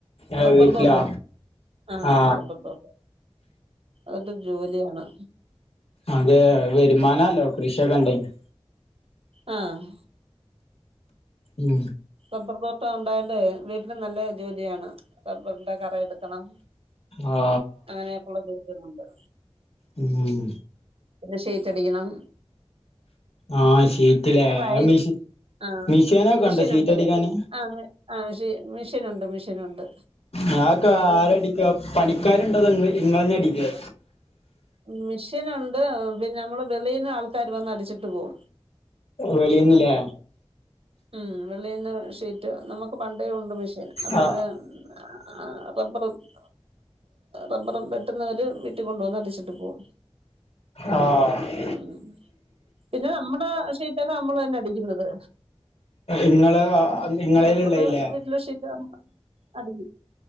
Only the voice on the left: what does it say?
ഏ
വീട്ടിലാ
ആ
അതെ വെരുമാനാല്ലോ കൃഷിയൊക്കെണ്ടെങ്കി
ഉം
ആ
ഉം ഉം.
ആഹ് ഷീറ്റ്ലേ
ആഹ് മിഷി
മിഷീനൊക്കണ്ടോ
ഷീറ്റടിക്കാന്
ആഹ് അതൊക്കാരടിക്കാ പണിക്കാരുണ്ടോ അതോ ഇങ്ങ ഇങ്ങളന്നെ അടിക്കേ
വെളീന്ന് ലേ
ആ
ആഹ്
ഇങ്ങള് ഇങ്ങളേലുള്ളതില്ലേ